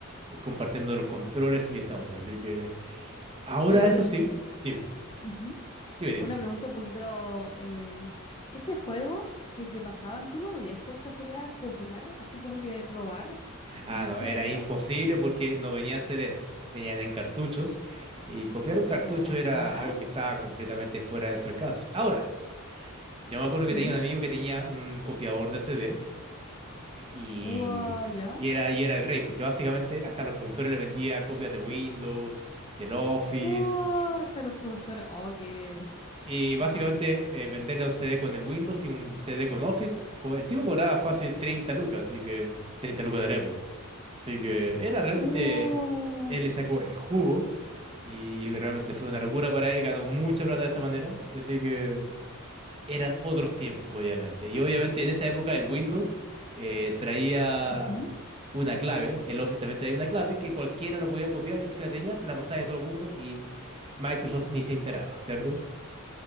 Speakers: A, on the right (about 25°); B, on the left (about 25°).
A: eh, compartiendo los controles y esa onda. Así que ahora
B: Oye, pero
A: eso sí, dime,
B: ujú,
A: dime, dime.
B: Una pregunta un poquito. eh, ese juego que te pasaban, ¿tú lo podías por casualidad copiar? Así como que robar, <laughs>
A: Ah,
B: de alguna
A: no, era
B: manera.
A: imposible porque no venían CDs, venían en cartuchos y copiar un cartucho
B: Ya.
A: era algo que estaba completamente fuera de nuestro alcance. Ahora, yo me acuerdo que
B: Ujú.
A: tenía un amigo que tenía un copiador de CD y,
B: Wow, ya.
A: y era, y era el rey, porque básicamente hasta los profesores le vendía copias de Windows, del Office,
B: Wow, hasta los profesores. Oh, qué.
A: Y básicamente
B: Wow.
A: eh, venderle un CD con el Windows y un CD con Office. co- El tipo cobraba fácil 30 lucas, así que 30 lucas de la época. Así que era realmente,
B: Wow.
A: él le sacó el jugo y realmente fue una locura para él, ganó mucha plata de esa manera. Así que eran otros tiempos, obviamente. Y obviamente en esa época el Windows eh, traía
B: Ujú.
A: una clave, el Office también traía una clave que cualquiera lo podía copiar y si que la tenías, se la pasaba a todo el mundo y Microsoft ni se enteraba, ¿cierto?